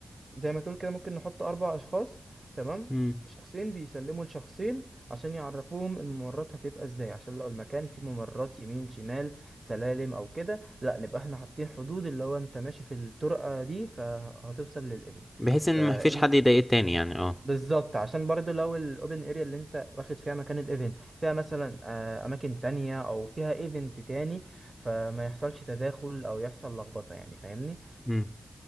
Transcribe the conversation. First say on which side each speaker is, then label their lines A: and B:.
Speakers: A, on the right; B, on the left.
A: زي ما تقول كده ممكن نحط أربع أشخاص تمام
B: امم
A: شخصين بيسلموا لشخصين عشان يعرفوهم الممرات هتبقى ازاي عشان لو المكان فيه ممرات يمين شمال سلالم او كده لا نبقى احنا حاطين حدود اللي هو انت ماشي في الطرقة دي فهتوصل للايفنت
B: بحيث
A: فانت
B: ان مفيش حد يضايق التاني يعني اه
A: بالظبط عشان برضو لو الاوبن اريا اللي انت واخد فيها مكان الايفنت فيها مثلا آه، اماكن تانية او فيها ايفنت تاني فما يحصلش تداخل او يحصل لخبطة يعني فاهمني
B: امم